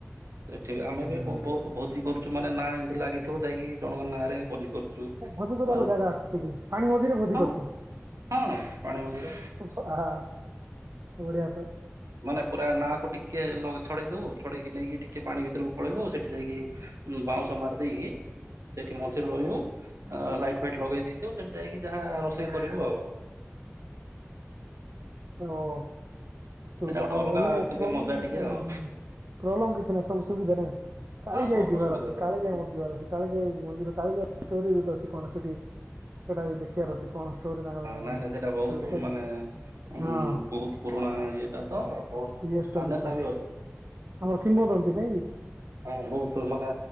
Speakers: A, on the right (about 75°); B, on the right (about 55°).
A: ସେଠି ବି ଆମେ
B: ହୁଁ
A: ବି ବ-ବହୁତ ଭୋଜି କରୁଛୁ ମାନେ ନାଁ ଏମିତି ଲାଗିଥିବ ଯାଇକି ଜଣଙ୍କ ନାଁରେ ଭୋଜି କରୁଛୁ।
B: ଭୋଜି କରିବାକୁ
A: ଅର-
B: ଜାଗା ଅଛି ସେଠି ପାଣି ମଝିରେ ଭୋଜି
A: ହଁ
B: କରିଛ।
A: ହଁ ପାଣି ମଝିରେ
B: <unintelligible> ଆହା ବଢିଆ ତ।
A: ମାନେ ପୁରା ନାକୁ ଟିକେ ଛଡେଇ ଦଉ ଛଡେଇକି ନେଇକି ଟିକେ ପାଣି ଭିତରକୁ ପଳେଇବୁ ସେଠି ଯାଇକି ହୁଁ ବାଁଉଶ ମାରି ଦେଇକି ସେଠି ମଝିରେ ରହିବୁ ଅ ଲାଇଟ୍ ଫାଇଟ୍ ଲଗେଇ ଦେଇଥିବୁ ସେଠି ଯାଇକି ଯାହା ରୋଷେଇ କରିବୁ ଆଉ।
B: ଓହୋ। ସୁବିଧା
A: ସେଇଟା ଗୋଟେ
B: ଆଉ
A: ଅଲଗା
B: ହେଲେ
A: ଟିକେ
B: ପ୍ରୋବେଲେ
A: ମଜା ଟିକେ ଆଉ
B: କିଛି ନାହିଁ, ସବୁ ସୁବିଧାରେହିଁ। କାଳିଯାଇ
A: ହଁ ସବୁ
B: ଯିବାର
A: ସୁବିଧା
B: ଅଛି
A: ସବୁ
B: କାଳିଯାଇ ମୋର ଯିବାର ଅଛି। କାଳିଜାଇ ମନ୍ଦିର କାଳିଜାଇ ଷ୍ଟୋରି ଗୋଟେ ଅଛି କଣ ସେଠି ସେଇଟା ବି ଦେଖିବାର ଅଛି କଣ ଷ୍ଟୋରି ତାଙ୍କର
A: ହଁ
B: ମାନେ
A: ନାଇଁ ନାଇଁ ସେଇଟା ବହୁତ
B: ତ ଏତେ
A: ମାନେ ଉଁ
B: ହଁ
A: ବହୁତ ପୁରୁଣା ଇଏଟା ତ। ବହୁତ
B: ରିଅଲ ଷ୍ଟୋରିଟା
A: ମାନ୍ୟତା ବି
B: ଆମର କିମ୍ବଦନ୍ତୀ ନାଇଁକି?
A: ହ ଆଜ୍ଞା ହୁଁ ତୁ ବହୁତ ମାନେ